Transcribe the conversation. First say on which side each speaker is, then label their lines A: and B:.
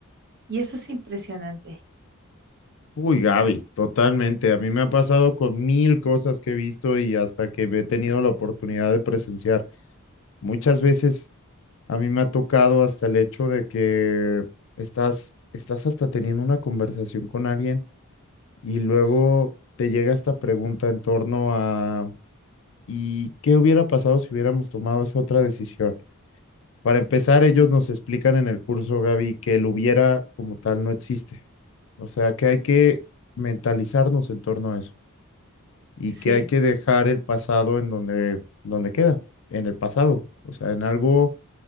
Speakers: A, on the right (about 50°); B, on the left (about 60°).
A: Y eso es impresionante.
B: Uy, Gaby, totalmente. A mí me ha pasado con mil cosas que he visto y hasta que he tenido la oportunidad de presenciar. Muchas veces a mí me ha tocado hasta el hecho de que estás, estás hasta teniendo una conversación con alguien y luego te llega esta pregunta en torno a, ¿y qué hubiera pasado si hubiéramos tomado esa otra decisión? Para empezar, ellos nos explican en el curso, Gaby, que el hubiera como tal no existe. O sea, que hay que mentalizarnos en torno a eso. y
A: Sí.
B: que hay que dejar el pasado en donde, donde queda, en el pasado, o sea, en algo